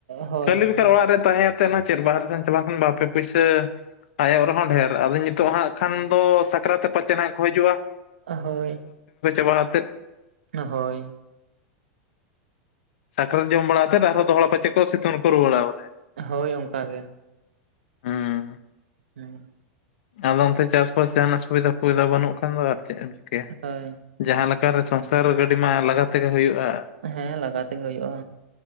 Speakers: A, on the right; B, on the left.
A: ᱦᱳᱭ
B: ᱠᱷᱟᱹᱞᱤ
A: ᱦᱳᱭ
B: ᱵᱮᱠᱷᱟᱨ ᱚᱲᱟᱜ ᱨᱮ ᱛᱟᱦᱮᱸ ᱟᱛᱮ ᱱᱟ ᱪᱮᱫ, ᱵᱟᱦᱟᱨᱮ ᱥᱮᱱ ᱪᱟᱞᱟᱣ ᱞᱮᱠᱷᱟᱱ ᱵᱟᱨᱯᱮ ᱯᱩᱭᱥᱟᱹ ᱟᱭᱚᱜ ᱨᱮᱦᱚᱸ ᱰᱷᱮᱨ, ᱟᱫᱚ ᱱᱤᱛᱚᱜ ᱦᱟᱸᱜ ᱠᱷᱟᱱ ᱫᱚ ᱥᱟᱠᱨᱟᱛ ᱛᱮ ᱯᱟᱪᱮ ᱦᱟᱸᱜ ᱠᱚ ᱦᱤᱡᱩᱜ-ᱟ᱾
A: ᱦᱳᱭ--᱾
B: ᱠᱚ ᱟᱛᱮᱫ᱾
A: ᱦᱳᱭ᱾
B: ᱥᱟᱠᱨᱟᱛ ᱡᱚᱢ ᱵᱟᱲᱟ ᱠᱟᱛᱮᱫ, ᱟᱨᱦᱚᱸ ᱫᱚᱦᱚᱲᱟ ᱛᱮ ᱯᱟᱪᱮ ᱠᱚ ᱥᱤᱛᱩᱝ ᱨᱮᱠᱚ ᱨᱩᱣᱟᱹᱲᱟ ᱵᱚᱞᱮ
A: ᱦᱳᱭ ᱚᱱᱠᱟ ᱜᱮ᱾
B: ᱦᱩᱸ
A: ᱦᱩᱸ᱾
B: ᱟᱫᱚ ᱚᱱᱛᱮ ᱪᱟᱥᱵᱟᱥ ᱡᱟᱦᱟᱱᱟᱜ ᱥᱩᱵᱤᱫᱷᱟ ᱚᱱᱠᱟ ᱵᱟᱹᱱᱩᱜ ᱠᱷᱟᱱ ᱫᱚ ᱟᱨ ᱪᱮᱫ ᱮᱢ ᱪᱤᱠᱟᱹᱭᱟ?
A: ᱦᱳᱭ
B: ᱡᱟᱦᱟᱸ ᱞᱮᱠᱟ ᱨᱮ ᱥᱚᱝᱥᱟᱨ ᱜᱟᱹᱰᱤ ᱢᱟ ᱞᱟᱜᱟ ᱛᱮᱜᱮ ᱦᱳᱭᱳᱜ-ᱟ᱾
A: ᱦᱮᱸ ᱞᱟᱜᱟ ᱛᱮᱜᱮ ᱦᱳᱭᱳᱜ-ᱟ᱾